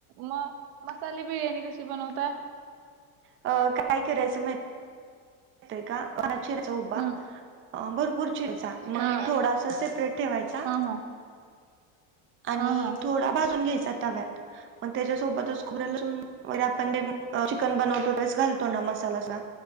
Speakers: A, on the right; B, on the right.
A: मग मसाले बिर्याणी कशी बनवता?
B: अ काय करायचं महि <unintelligible> चिरायचा उभा.
A: हम्म
B: अ भरपूर चिरायचा मग
A: हा
B: थोडासा सेपरेट ठेवायचा.
A: हा हा
B: आणि
A: हा हा
B: थोडा भाजून घ्यायचा तव्यात, मग त्याच्यासोबतच खोबर लसून वर आपण अ चिकन बनवतो त्यावेळेस घालतो ना मसाला‌ असा